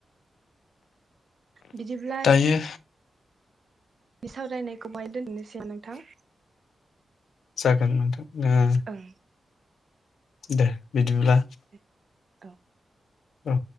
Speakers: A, on the right; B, on the left.
A: बिदिब्ला
B: दायो
A: बे सावरायनायखौ बाहाय दोननोसै नोंथां
B: जाखोन नोंथां ओम
A: ओं
B: दे बिदिब्ला
A: दे औ
B: औ